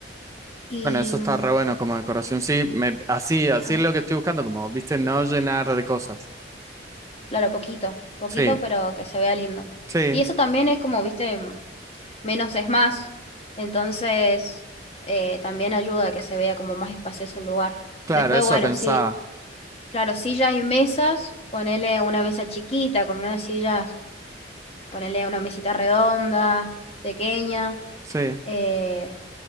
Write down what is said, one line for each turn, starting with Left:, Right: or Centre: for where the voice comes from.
Left: Y,
Right: Bueno, eso
Left: mm,
Right: está re bueno como decoración. Sí, me, así, así
Left: ajá,
Right: es lo que estoy buscando, como, viste, no llenar de cosas.
Left: claro, poquito, poquito,
Right: Sí,
Left: pero que se vea lindo.
Right: sí,
Left: Y eso también es como, viste, menos es más. Entonces, eh, también ayuda a que se vea como más espacioso el lugar.
Right: claro,
Left: Después,
Right: eso
Left: bueno,
Right: pensaba.
Left: sí, claro, sillas y mesas, ponele una mesa chiquita con unas sillas, ponele una mesita redonda, pequeña,
Right: Sí.
Left: eh,